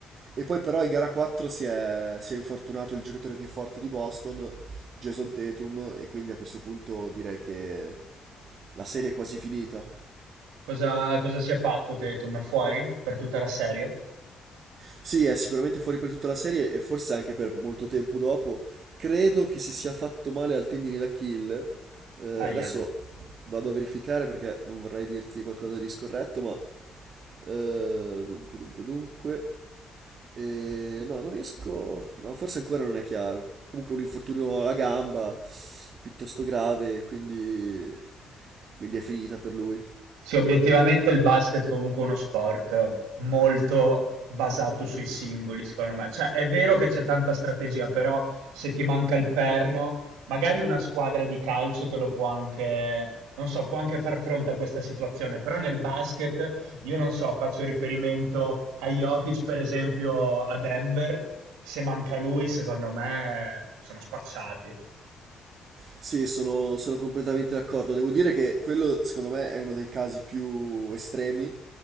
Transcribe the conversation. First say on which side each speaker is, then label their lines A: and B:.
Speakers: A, on the right; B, on the right.
A: E poi però in gara 4 si è, si è infortunato il giocatore più forte di Boston, Jason Tatum, e quindi a questo punto direi che la serie è quasi finita.
B: Cosa, cosa si è fatto, Tatum? È fuori per tutta la serie?
A: Sì, è sicuramente fuori per tutta la serie e forse anche per molto tempo dopo. Credo che si sia fatto male al tendine d'Achille. Eh,
B: Ahia.
A: adesso vado a verificare perché non vorrei dirti qualcosa di scorretto, ma Eh, dunque, dunque, dunque. Eh, no, non riesco. Ma forse ancora non è chiaro. Comunque un infortunio alla gamba piuttosto grave, quindi, quindi è finita per lui.
B: Sì, obiettivamente il basket comunque è uno sport molto basato sui singoli, secondo me. Cioè, è vero che c'è tanta strategia, però se ti manca il perno, magari una squadra di calcio te lo può anche, non so, può anche far fronte a questa situazione, però nel basket, io non so, faccio riferimento a Jokic, per esempio, a Denver, se manca lui, secondo me sono spacciati.
A: Sì, sono, sono completamente d'accordo. Devo dire che quello, secondo me, è uno dei casi più estremi